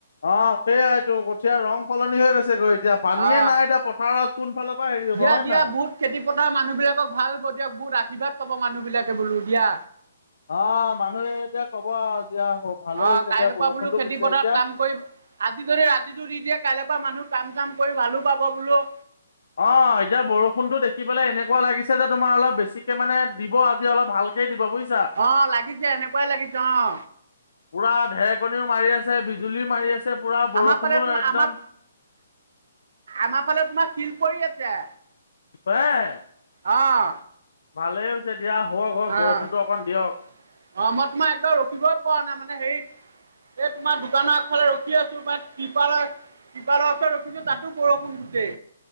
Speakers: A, on the left; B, on the right.
A: অ সেইয়াইটো কঠিয়া ৰং সলনি হৈ গৈছে গৈ এতিয়া পানীয়ে
B: অ
A: নাই এতিয়া পথাৰত কোনফালৰ পৰা হেৰি হ'ব
B: দিয়া
A: হয়
B: দিয়া
A: নাই
B: বহুত খেতি পথাৰ মানুহ বিলাকক ভাল হ'ব দিয়ক বহুত আশীৰ্বাদ পাব মানুহ বিলাকে বোলো দিয়া।
A: অ মানুহে এতিয়া ক'ব এতিয়া ভালে
B: অ
A: হৈছে
B: কাইলৈৰ
A: এতিয়া বৰষুণতো
B: পৰা বোলো খেতিপথাৰত
A: দিছে এতিয়া
B: কাম কৰিব, আজি যদি ৰাতিটো দি দিয়ে কাইলে পৰা মানুহ কাম চাম কৰি ভালো পাব বোলো
A: অ এতিয়া বৰষুণতো দেখি পেলাই এনেকুৱা লাগিছে যে তোমাৰ অলপ বেছিকে মানে দিব আজি অলপ ভাল ভালকে দিব বুয়ি
B: অ লাগিছে এনেকুৱাই লাগিছে অ।
A: পুৰা ঢেৰেকনিও মাৰি আছে বিজুলীও মাৰি আছে পুৰা বৰষুণো
B: আমাৰ ফালে তোমাৰ
A: একদম
B: আমাৰ আমাৰ ফালে তোমাৰ শিল পৰি আছে।
A: পাৰে
B: অঁ।
A: ভালে হৈছে। হওক হওক
B: অ
A: বৰষুণটো
B: অ
A: অকণ দিয়ক
B: মই তোমাৰ একবাৰ ৰখিবই পৰা নাই মানে হেৰিত এই তোমাৰ দোকানৰ এফালে ৰখি আছো ম কপালে। কিবা ৰচ ৰখিছো তাতো বৰষুণ গটে